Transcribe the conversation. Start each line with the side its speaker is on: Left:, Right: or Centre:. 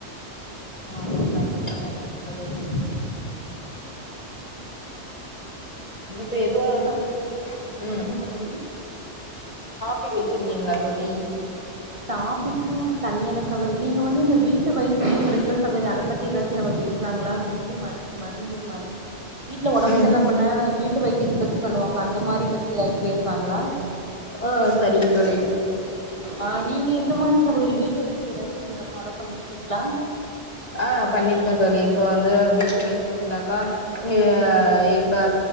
Left: ஆமா கண்டிப்பா கண்டிப் பா தோழி
Right: நீங்க
Left: இப்ப
Right: நேத்து
Left: எதுவும்
Right: என்ன சமச் சொல்லுங்க
Left: ம்
Right: சகோதரி
Left: பிக் வச்சிருக்கீங்ளா தோழி?
Right: டாபிக்னு ஒன்னு தனியால்ல சகோரி நீங்க வந்து இந்த வீட்டு வை த்தியம் இருக்குல்ல சகோதரி அத பத்தி எதாச்சு நாம பேசலாங்ளா வீட்டு மரு மருந்து மரு வீட்ல ஒடம்ப்
Left: ம்
Right: சர்ல பண்ண வீட்டு வைத்தியத்த பத்தி பண்ணுவாங்கள அந்த மாரி பத்தி எதாச்சு பேச லாங்ளா
Left: ஆ சரிங்க தோழி
Right: ஆ நீங்க எந்த மாரி சகோதரி வீட்டு வைத்திய எதாச்சு நீங்க ஃபாலோ பண்ணிருக்கீங்ளா?
Left: ஆ பண்ணிருக்க தோழி இப்ப வந்து வீட்டு வைத்தியம்னாக்கா ஆ இப்ப